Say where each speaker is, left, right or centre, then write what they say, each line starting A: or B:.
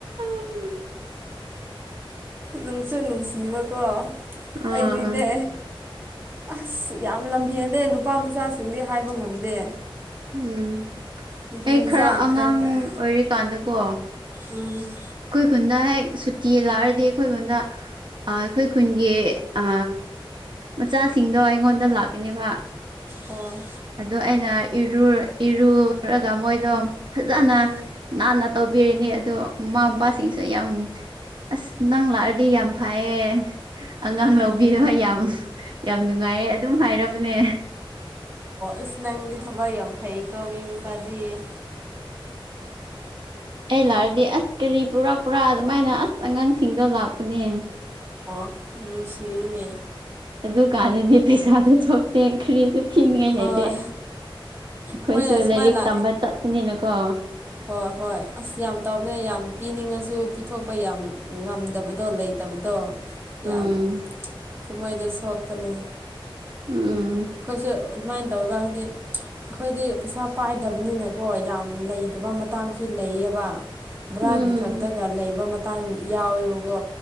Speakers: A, on the right (about 55°); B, on the right (about 25°).
A: ꯎꯝ...
B: ꯅꯨꯡꯁꯨ ꯅꯨꯡꯁꯤꯕꯀꯣ
A: ꯑꯥ
B: ꯑꯩꯗꯤꯅꯦ ꯑꯁ ꯌꯥꯝ ꯂꯝꯍꯦꯟꯂꯦ ꯅꯨꯄꯥ ꯃꯆꯥꯁꯤꯡꯗꯤ ꯍꯥꯏꯕ ꯉꯝꯗꯦ
A: ꯎꯝ
B: ꯅꯨꯄꯤ
A: ꯑꯩ
B: ꯃꯆꯥꯅ
A: ꯈꯔ ꯑꯉꯥꯡ
B: ꯐꯩ
A: ꯑꯣꯏꯔꯤꯀꯥꯟꯗꯀꯣ
B: ꯎꯝ
A: ꯑꯩꯈꯣꯏ ꯈꯨꯟꯗ ꯍꯦꯛ ꯁꯨꯇꯤ ꯂꯥꯛꯑꯗꯤ ꯑꯩꯈꯣꯏ ꯈꯨꯟꯗ ꯑ ꯑꯩꯈꯣꯏ ꯈꯨꯟꯒꯤ ꯑ ꯃꯆꯥꯁꯤꯡꯗꯣ ꯑꯩꯉꯣꯟꯗ ꯅꯪ ꯂꯥꯛꯀꯅꯦꯕ
B: ꯑꯣ
A: ꯑꯗꯣ ꯑꯩꯅ ꯏꯔꯣꯏ ꯏꯔꯨꯂꯨꯔꯒ ꯃꯣꯏꯗꯣ ꯐꯖꯅ
B: ꯑꯣ
A: ꯅꯥꯟꯅ ꯇꯧꯕꯤꯔꯅꯤ ꯑꯗꯨ ꯃꯃꯥ ꯃꯄꯥꯁꯤꯡꯁꯦ ꯌꯥꯝ ꯑꯁ ꯅꯪ ꯂꯥꯛꯑꯗꯤ ꯌꯥꯝ ꯐꯩꯌꯦ ꯑꯉꯥꯡ
B: ꯑꯣ
A: ꯂꯧꯕꯤꯅꯕ
B: ꯑꯣ
A: ꯌꯥꯝ ꯌꯥꯝ ꯅꯨꯡꯉꯥꯏꯌꯦ ꯑꯗꯨꯝ ꯍꯥꯏꯔꯕꯅꯦ
B: ꯑꯁ ꯅꯪꯗꯤ ꯊꯕꯛ ꯌꯥꯝ ꯐꯩꯀꯣ ꯃꯤ ꯃꯆꯥꯗꯤ
A: ꯑꯩ ꯂꯥꯛꯑꯗꯤ ꯑꯁ ꯀꯔꯤ ꯄꯨꯔꯛꯄ꯭ꯔ ꯑꯗꯨꯃꯥꯏꯅ ꯑꯁ ꯑꯉꯥꯡꯁꯤꯡꯗꯣ ꯂꯥꯛꯄꯅꯦ
B: ꯎꯝ ꯅꯨꯡꯁꯤꯌꯦꯅꯦ
A: ꯑꯗꯨ ꯀꯥꯟꯗꯤ ꯄꯩꯁꯥꯁꯨ ꯊꯣꯛꯇꯦ ꯈ꯭ꯔꯤꯔ ꯃꯤꯉꯥꯏ
B: ꯍꯣꯏ
A: ꯂꯩꯇꯦ ꯑꯩꯈꯣꯏꯁꯨ
B: ꯃꯣꯏꯅ ꯁꯨꯃꯥꯏꯅ
A: ꯂꯥꯏꯔꯤꯛ ꯇꯝꯕ ꯆꯠꯄꯅꯤꯅꯀꯣ
B: ꯍꯣꯏ ꯍꯣꯏ ꯑꯁ ꯌꯥꯝ ꯇꯕꯅꯦ ꯌꯥꯝ ꯄꯤꯅꯤꯡꯉꯁꯨ ꯄꯤ ꯊꯣꯛꯄ ꯌꯥꯝ ꯉꯝꯗꯕꯗꯣ ꯂꯩꯇꯕꯗꯣ
A: ꯎꯝ
B: ꯌꯥꯝ ꯀꯨꯝꯍꯩꯗ ꯁꯦꯠꯄꯅꯦ
A: ꯎꯝ
B: ꯑꯈꯣꯏꯁꯨ ꯑꯗꯨꯃꯥꯏ ꯇꯧꯔꯒ ꯍꯥꯏꯗꯤ ꯑꯩꯈꯣꯏꯗꯤ ꯄꯩꯁꯥ ꯄꯥꯏꯗꯕꯅꯤꯅꯀꯣ ꯌꯥꯝ ꯂꯩꯇꯕ ꯃꯇꯥꯡꯁꯨ ꯂꯩꯌꯦꯕ ꯕ꯭ꯔꯥꯒꯤ
A: ꯎꯝ
B: ꯈꯛꯇꯒ ꯂꯩꯕ ꯃꯇꯥꯡ ꯌꯥꯎꯋꯦꯕꯀꯣ